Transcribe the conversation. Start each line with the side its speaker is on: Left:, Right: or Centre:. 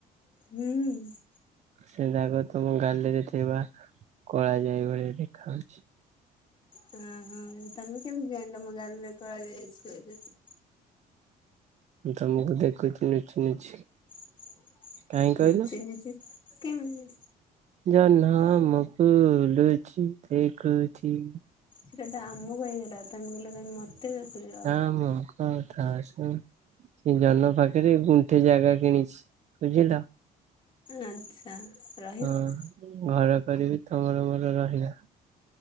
Left: ହୁଁ।
Right: ସେ ଦାଗ ତମ ଗାଲିରେ ଥିବା କଳା ଯାଇ ଭଳିଆ ଦେଖା ଯାଉଛି।
Left: ହୁଁ ହୁଁ। ତମେ କେମିତି ଯାଇଲ ମୋ ଗାଲି ରେ କଳାଜାଇ ଅଛି ବୋଲି
Right: ତମକୁ ଦେଖୁଛି ନୁଚି ନୁଚି।
Left: <unintelligible>
Right: କାହିଁ କହିଲ?
Left: ନୁଚି ନୁଚି କେମିତି
Right: ଜହ୍ମ ଆମକୁ ଲୁଚି ଦେଖୁଛି।
Left: ସେଟା ଆମକୁ ହେଇଗଲା ତମେ କହିଲ ତମେ ମତେ ଦେଖୁଛ।
Right: ହଁ। ହଉ ଥା ମି। ସେ ଜହ୍ନ ପାଖରେ ଗୁଣ୍ଠେ ଜାଗା କିଣିଛି ବୁଝିଲ
Left: ଆଚ୍ଛା ରହିବି
Right: ହଁ। ଘର କରିବି ତମର ମୋର ରହିବା।